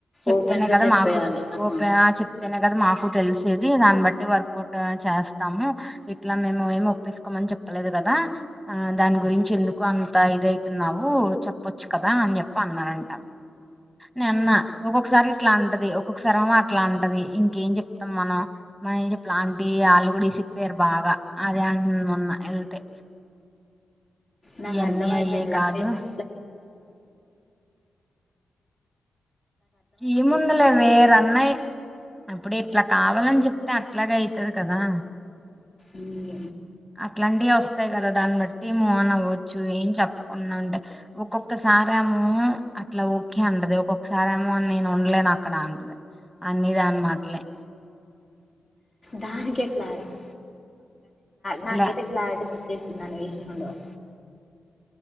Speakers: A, in the centre; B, on the left.
A: చెప్తేనే
B: ఓపెన్ గా
A: కదా
B: చెప్పేయాలి
A: మాకుఓ
B: అమ్మ
A: చెప్తేనే కదా మాకు తెలిసేది దాన్ని బట్టి వర్కౌట్ చేస్త చెస్తాము ఇట్లా మేము ఏమి ఒప్పేసుకోమని చెప్పలేదు కదా ఆ దాని గురించి ఎందుకు అంత ఇదవుతున్నావు చెప్పచ్చు కదా అని చెప్ప అన్నాారంట నీన్నా ఒసారి ఇట్లా అంటది ఒక్కొక్కసారి ఆమె అట్లా అంటది ఇంకేం చెప్తాం మనం మనం ఏం చెప్పలాంటి ఆళ్ కూడా చెప్పారు బాగా అదే అంత మొన్న వెళ్తే
B: నాకు
A: ఇవన్నీ
B: అర్థంమయిపోయింది
A: అయ్యే
B: లహరీ
A: కాదు
B: <inaudible>
A: ఏముందలే వే రాన్నయి అప్పుడ ఎట్లా కావాలని చెప్తే అట్లాగే అయితది కదా
B: ఉమ్
A: అట్లాంటివి వస్తాయి కదా దాన్ని బట్టి మూ అన్ అవ్వచ్చు ఏం చెప్పకుండా ఉండే ఒక్కొక్కసారేమో అట్లా ఓకే అంటది ఒక్కొక్కసార ఏమో అని నేను ఉండలేను అక్కడ అంటది అన్నీ దాని మాటలే
B: దానికి క్లారిట్ దానికి
A: లే
B: ఎట్లా క్లారీ <inaudible>